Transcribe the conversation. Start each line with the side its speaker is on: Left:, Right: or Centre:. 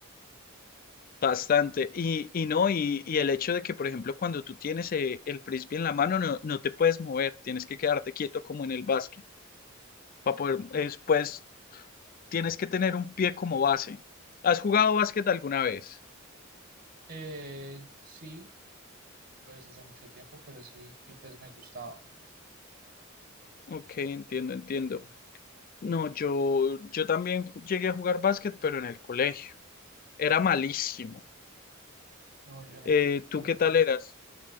Left: Bastante. Y, y no, y, y el hecho de que, por ejemplo, cuando tú tienes eh, el frisbee en la mano, no, no te puedes mover, tienes que quedarte quieto como en el básquet. Para poder, es, pues, tienes que tener un pie como base. ¿Has jugado básquet alguna vez?
Right: Eh, sí, pues hace mucho tiempo, pero sí, y pues me gustaba.
Left: Ok, entiendo, entiendo. No, yo, yo también ju- llegué a jugar básquet, pero en el colegio. Era malísimo.
Right: No, yo en el
Left: Eh,
Right: colegio,
Left: ¿tú qué tal eras?